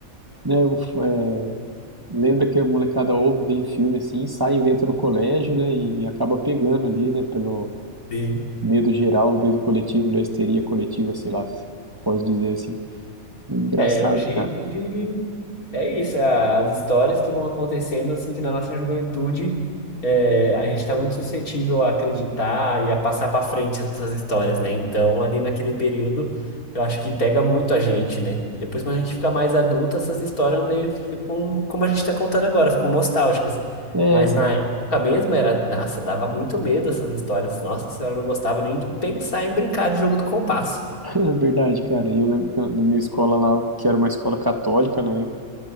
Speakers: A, on the right (about 15°); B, on the left (about 85°).
A: né, o f- é, lenda que a molecada ouve, vem em filme assim, sai e inventa no colégio, né, e acaba pegando ali, né, pelo
B: Sim.
A: medo geral, medo coletivo, ali, a histeria coletiva, sei lá, posso dizer assim. Engraçado,
B: É um jeito
A: cara.
B: de. É isso, é as histórias que vão acontecendo, assim, que na nossa juventude é, a gente está muito suscetível a acreditar e a passar para frente essas histórias, né? Então, ali naquele período, eu acho que pega muito a gente, né? Depois, quando a gente fica mais adulto, essas histórias meio que ficam como a gente está contando agora, ficam nostálgicas.
A: É,
B: Mas
A: sim,
B: na época mesmo era, nossa, dava muito medo essas histórias. Nossa senhora, eu não gostava nem de pensar em brincar de jogo do compasso.
A: <laughs> é verdade, cara. E Eu lembro que na, na minha escola lá, que era uma escola católica na época,